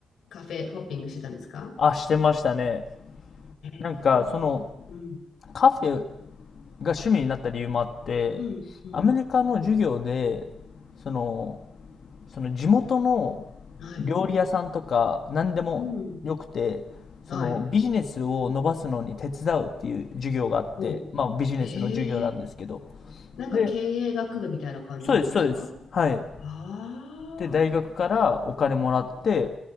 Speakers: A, on the left; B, on the left.
A: カフェホッピングしてたんですか
B: あ、してましたね。なんか、
A: うん。
B: その、
A: う
B: カフェが趣味になった理由もあって、
A: ん。うん。
B: アメリカの授業で、その、その地元の
A: はい。
B: 料理屋さんとか、何でもよくて、
A: うん。
B: そのビジネスを伸ばすのに手伝うっていう授業があって、
A: はい。おう。
B: まあビジネスの授業なんですけど。
A: ええなんか経営学部みたいな感じなんですか
B: で、そうです、そうです。はい。
A: ああ
B: で、大学からお金もらって、